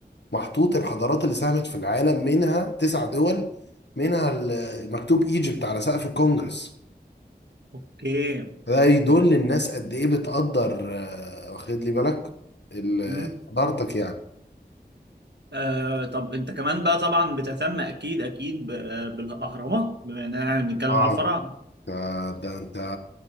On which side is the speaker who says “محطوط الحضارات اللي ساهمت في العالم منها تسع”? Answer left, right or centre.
Left